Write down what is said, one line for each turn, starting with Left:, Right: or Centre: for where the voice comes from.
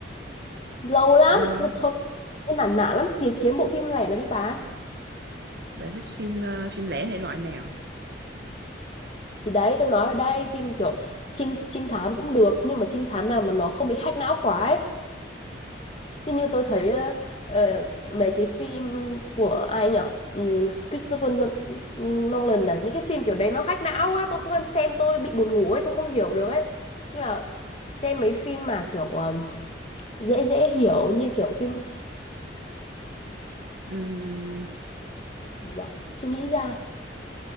Left: lâu lắm,
Right: ừ.
Left: thôi, thôi. Cái nản nản lắm, tìm kiếm bộ phim lẻ nào đi bà.
Right: bà thích phim ờ, phim lẻ thể loại nào
Left: Thì đấy, tôi nói ở đây, phim kiểu trinh, trinh thám cũng được, nhưng mà trinh thám nào mà nó không bị hack não quá ấy. Chứ như tôi thấy ờ, ờ, mấy cái phim của ai nhở? Ừm, Christopher Nol- Nolan này, những cái phim kiểu đấy nó hack não quá, tôi không xem tôi bị buồn ngủ ấy, tôi không hiểu được ấy. Tức là xem mấy phim mà kiểu ờ, dễ dễ hiểu như kiểu phim
Right: Ừm,
Left: gì nhở chưa nghĩ ra